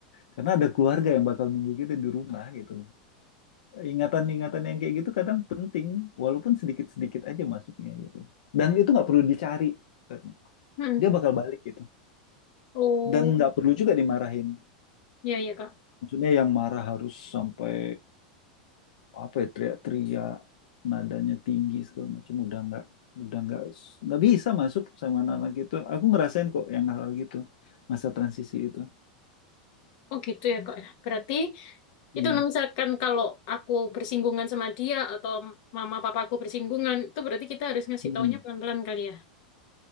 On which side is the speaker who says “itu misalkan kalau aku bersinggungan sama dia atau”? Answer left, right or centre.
Left